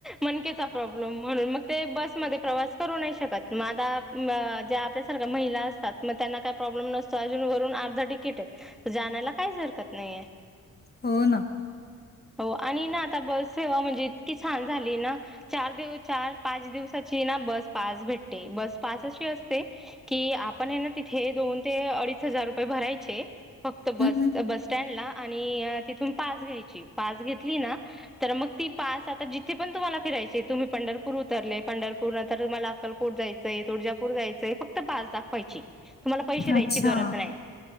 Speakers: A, in the centre; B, on the left.
A: मनकेचा प्रॉब्लेम म्हणून मग ते बसमध्ये प्रवास करू नाही शकत मग आता ज्या आपल्यासारख्या महिला अस तात मग त्यांना काही प्रॉब्लेम नसतो अजून वरून अर्धा तिकीट आहे जाण्याला काहीच हरकत नाहीये
B: हो ना
A: हो आणि ना आता बस सेवा म्हणजे इतकी छान झाली ना चार दिव चार पाच दिवसाची ना बस पास भेटते बस पास अशी असते कि आपण आहे ना तिथे दोन ते अडीच हजार रुपये भरायचे फक्त बस
B: हं, हं.
A: बस स्टँडला आणि तिथून पास घ्यायची पास घेतली ना तर मग ती पास आता जिथे पण तुम्हाला फिरायचेय तुम्ही पंढरपूर उतरले, पंढरपूरला आता तुम्हाला अक्कलकोट जायचंय तुळजापूर जायचय फक्त फक्त पास दाखवायची तुम्हाला पैसे द्यायची
B: अच्छा.
A: गरज नाही